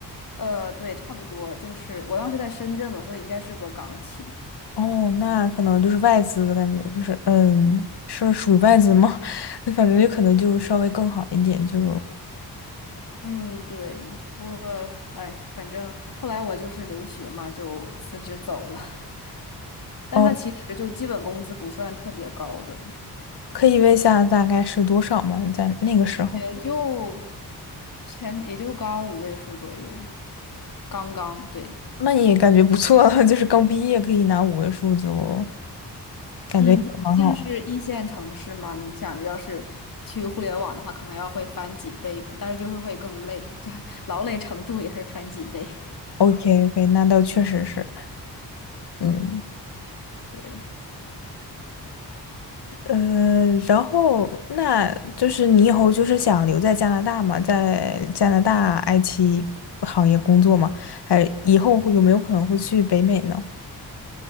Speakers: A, on the left; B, on the left.
A: 呃，对，差不多，就是我当时在深圳嘛，所以应该是个港企。
B: 哦，那可能就是外资的感觉，就是嗯，是属于外资吗？<laughs> 反正就可能就稍微更好一点，就
A: 嗯，对，不过哎，反正后来我就是留学嘛，就辞职走了。<laughs> 但他其实就基本工资不算特别高的。
B: 哦，可以问一下大概是多少吗？在那个时候，
A: 也就前也就刚五位数左右，刚刚对，
B: 那你也感觉不错了，<laughs> 就是刚毕业可以拿五位数，就感觉很好啊。
A: 嗯，毕竟是一线城市嘛，你想着要是去互联网的话，可能要会翻几倍吧，但是就是会更累，就 <laughs> 劳累程度也是翻几倍。
B: OK OK，那倒确实是，嗯。
A: 对，
B: 呃，然后那就是你以后就是想留在加拿大嘛，在加拿大 IT 行业工作嘛？还以后会有没有可能会去北美呢？